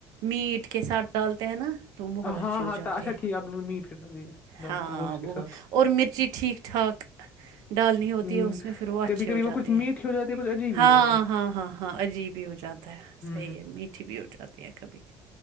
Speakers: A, on the right; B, on the left.
A: میٹ کے ساتھ ڈالتے ہیں نا تو وہ بہت اچھے
B: ہاں
A: ہو
B: ہاں
A: جاتے
B: تا- اچھا ٹھیک آپ لوگ میٹ کے ڈالتے
A: ہاں
B: ہیں گوشت
A: وہ
B: کے ساتھ
A: اور مرچی ٹھیک ٹھاک ڈالنی
B: ہوں،
A: ہوتی ہے اس میں پھر وہ اچھے
B: کبھی کبھی
A: ہو جاتے
B: کچھ میٹ
A: ہیں
B: ہی ہو جاتی ہے کچھ عجیب ہی
A: ہاں
B: ہو جاتا ہے
A: ہاں ہاں ہاں عجیب ہی ہو جاتا
B: ہوں
A: صحیح ہے میٹھی بھی ہو جاتی ہے کبھی